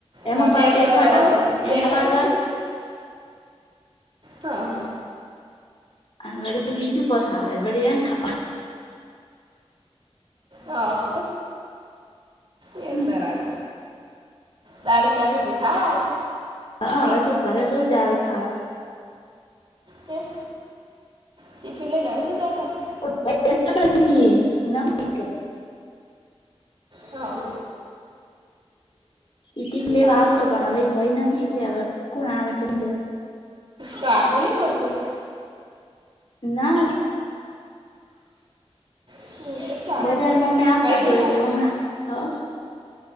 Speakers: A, on the left; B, on the right.
A: એમાં
B: રોનેટ
A: પાસે એ ખટ આવે
B: બેઠો
A: એમ <unintelligible>
B: હા.
A: વળ બીજું પસા આવે વળી એમ ખા
B: હા
A: ખાવા
B: હ તાર દાડ શાખ ભ ખાવ આવ.
A: હા હવે તો ઘરે રોજ આવે ખાવા.
B: કેમ ટિફિન લઈનાને જતાને?
A: <inaudible> <inaudible>
B: હા.
A: ઈ ટીપ લેવા
B: સારું
A: આવતો પણ હવે ભાઈ નહી એટલે હવે કોણ આવે ટીપ લેવા.
B: કાકું નહી પડતું.
A: ના રે.
B: <unintelligible>
A: બજારમાં અમે આવતા
B: બાઈક
A: જોય
B: લઈને
A: એટલે
B: આવે
A: હમણાં હ.